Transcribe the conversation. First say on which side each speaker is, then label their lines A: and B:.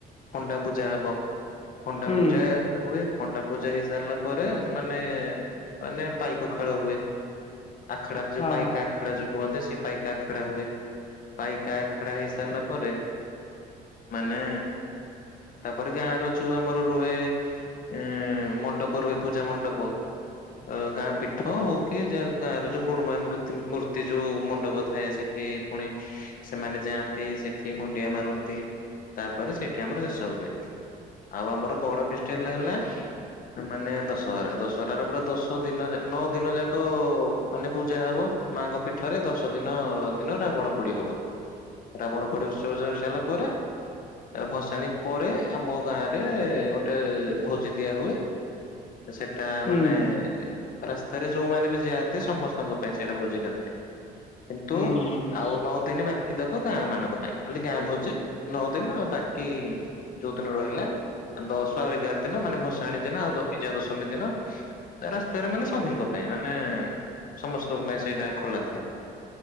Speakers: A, on the left (about 55°); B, on the left (about 40°).
A: ଖଣ୍ଡା ପୂଜା ହବ। ଖଣ୍ଡା
B: ହୁଁ
A: ପୂଜା। ହୁଏ ଖଣ୍ଡା ପୂଜା ହେଇ ସାରିଲା ପରେ ସେମାନେ ମାନେ ପାଇକ ଖେଳ ହୁଏ। ଆଖଡା ଯୋଉ
B: ହଁ
A: ପାଇକ ଆଖଡା ଯୋଉ କୁହନ୍ତି ସେ ପାଇକା ଆଖେଡା ହୁଏ ପାଇକ ଆଖେଡା ହେଇ ସାରିଲା ପରେ ମାନେ ତାପରେ ଗାଁ ର ଯୋଉ ଆମର ରୁହେ। ଏଁ ମଣ୍ଡପ ରୁହେ ପୂଜା ମଣ୍ଡପ ଅ ଗାଁ ପୀଠ ହଉ କି ଯ ଗାଁର ଯୋଉ ମୃଣମୟ ମୂତି ମୂର୍ତ୍ତି ଯୋଉ ମଣ୍ଡପ ଥାଏ ସେଠି ପୁଣି ସେମାନେ ଯାଆନ୍ତି ସେଠି ମୁଣ୍ଡିଆ ମାରନ୍ତି ତାପରେ ସେଇଠି ଆମର ଶେଷ ହୁଏ ଆଉ ଆମର ବଡ ଫ ହେଲା ମାନେ ଦଶହରା ଦଶହରା ର ପୁରା ଦଶ ଦିନ ନଅ ଦିନ ଯାକ ମାନେ ପୂଜା ହବ ମାଙ୍କ ପୀଠରେ ଦଶ ଦିନ ଦିନ ରାବଣ ପୋଡି ହବ ରାବଣ ପୋଡି ଉତ୍ସବ ସରି ସାରିଲା ପରେ ଭସାଣି ପରେ ଆମ ଗାଁ ରେ ଗୋ ଗୋଟେ ଭୋଜି ଦିଆ ହୁଏ ସେଟା
B: ହୁଁ
A: ମାନେ ରାସ୍ତାରେ ଯୋଉମାନେ ବି ଯାଆନ୍ତି ସମସ୍ତଙ୍କ ପାଇଁ ସେଇଟା ଭୋଜିଟା ଥାଏ କିନ୍ତୁ
B: ହୁଁ
A: ଆଉ ନଅ ଦିନ ବାକି ତକ ଗାଁ ମାନଙ୍କ ପାଇଁ ଖାଲି ଗାଁ ଭୋଜି ନଅ ଦିନ ଆଉ ବାକି ଯୋଉ ଦିନ ରହିଲା ଦଶ। ଗାର ଦିନ ମାନେ ଭସାଣି ଦିନ ଆଉ ବିଜୟା ଦଶମୀ ଦିନ ରାସ୍ତାରେ ମାନେ ସଭିଙ୍କ ପାଇଁ ମାନେ ସମସ୍ତଙ୍କ ପାଇଁ ସେଇଟା ଖୋଲା ଥାଏ